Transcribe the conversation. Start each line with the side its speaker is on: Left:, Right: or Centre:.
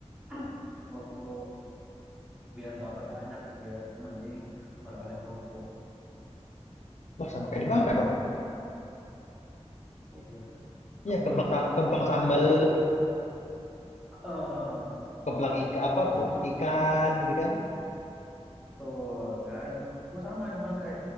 Centre: <clears throat> kalau untuk biar dapat banyak gitu ya itu mending oleh-oleh kerupuk
Left: Wah, sama kayak di
Centre: kemplang
Left: Bangka dong.
Centre: oh iya
Left: Iya,
Centre: Kemplang,
Left: kemplang, sa-
Centre: kemplang.
Left: kemplang sambal,
Centre: Eh,
Left: kemplang ika apa
Centre: ada
Left: kerupuk
Centre: kemplang.
Left: ikan gitu kan.
Centre: Betul. Ya itu. Oh, sama di Bangkai.